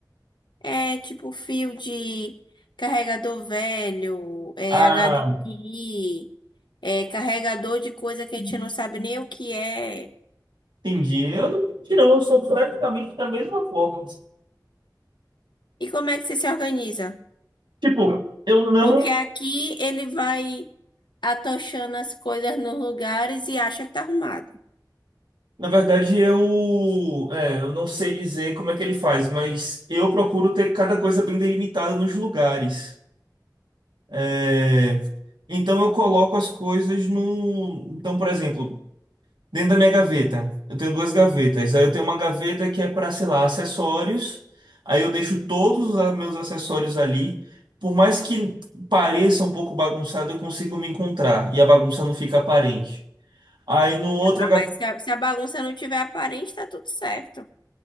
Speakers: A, on the left; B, on the right.
A: É tipo fio de carregador velho, é
B: Ah,
A: HDMI, é carregador de coisa que a gente não sabe nem o que é.
B: entendi. Eu não, não, eu sou praticamente da mesma forma.
A: E como é que você se organiza?
B: Tipo, eu não
A: Porque aqui ele vai atochando as coisas nos lugares e acha que tá arrumado.
B: Na verdade, eu, é, eu não sei dizer como é que ele faz, mas eu procuro ter cada coisa bem delimitada nos lugares. É, então eu coloco as coisas no. Então, por exemplo, dentro da minha gaveta, eu tenho duas gavetas. Aí eu tenho uma gaveta que é para, sei lá, acessórios. Aí eu deixo todos os meus acessórios ali. Por mais que pareça um pouco bagunçado, eu consigo me encontrar e a bagunça não fica aparente. Aí no outra
A: Ah, mas se a, se a bagunça não tiver aparente, tá tudo certo.